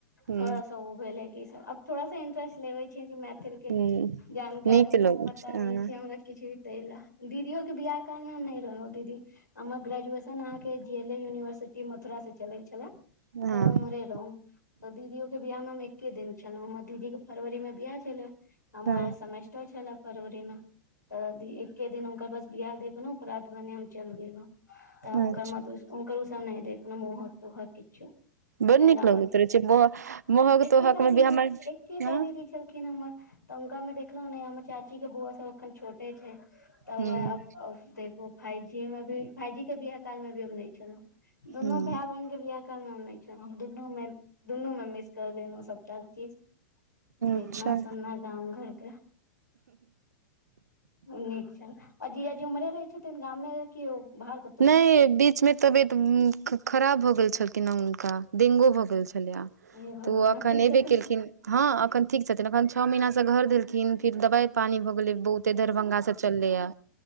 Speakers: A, on the right; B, on the left.
A: ह
B: थोड़ा सा उ भेलै कि अब थोड़ा सा इंट्रेस्ट लेबे छियै कि मैथिल के
A: ह
B: जानकारी
A: नीक लगै
B: ओ पता नहि
A: हँ
B: छै हमरा किछ भी तेय ले दीदियो के बियाह काल में हम नइ रहोऊ दीदी हमर ग्रेजुयेशन न अहाँ के G L A university Mathura से चले छले तऽ
A: हँ
B: हम उम्हरे रहौ तऽ दीदियो के बियाह मे हम एके दिन छलहुँ दीदीे के फरवरी मे बियाह छलै हमर
A: हँ
B: सेमेस्टर छले फरवरी में तऽ एके दिन हुनकर बस बियह देखहु प्रात भने हम चल गेलहुं तऽ उनकर
A: अच्छा
B: मधूस उनकर उसब नै देखनो मोहक तोहक किछो
A: बड
B: ताहि
A: नीक
B: लए हमरा
A: लगैत
B: किछु
A: रहै छै महक
B: एकेटा
A: तोहक
B: दीदी
A: मे भी हमर
B: एकेटा
A: हँ
B: दीदी छलखिन हमर त उनका में देखलोऊ नै हमर चाची के बोऊआ सब एखन छोट छै तब
A: हूं
B: वह देख फाइव जी मे भी फाइ जी काल मे भी हम नहि छलहु दुनू
A: हूं
B: भाय ब अहीं के बीयाह काल मे हम नहि छलोऊ दुनू मे दुनू मे मिस क गेलोऊ सब सब चीज देखना
A: अच्छा
B: सुनना गाम घरके नीक छनि आ जीजाजी उम्रे रहै छथिन गामे कि ओ बाहर कतो
A: नहि बीचमे तबियत खराब भऽ गेल छलखिन हें हुनका डेंगो भऽ गेल छलैया
B: हे भगवान
A: तऽ ओ एखन
B: आब ठीक
A: एयबे
B: छथिन
A: केलखिन हँ एखन ठीक छथिन एखन छ महीनासँ घर देलखिन फिर दबाइ पानी भऽ बहुते दरभंगा से चललै ह